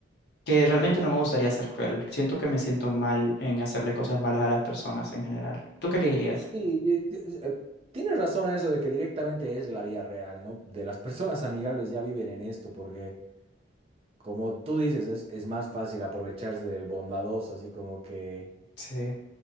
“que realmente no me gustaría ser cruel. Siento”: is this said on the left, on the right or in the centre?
Left